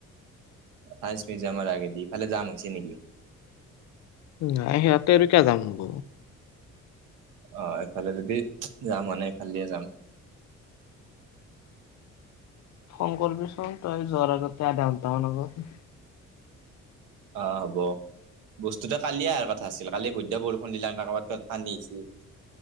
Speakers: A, on the right (about 85°); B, on the left (about 65°).
A: চায়ন্স মিউজিয়ামৰ আগেদি, ইফালে যাম হৈছে নেকি?
B: নাই হিয়াতে আৰু কিয় যাম হ'ব।
A: অঁ! এইফালে যদি যাম হোৱা নাই এইফালে দিয়ে যাম।
B: ফোন কৰিবি চোন তই যোৱাৰ আগতে আধা ঘণ্টা মান আগত।
A: অঁ হ'ব। বস্তুটো কালিয়েই অহাৰ কথা আছিল কালি বৈধ্য বৰষুণ দিলে <inaudible> ক'ৰবাত-ক'ৰবাত পানী হৈছে।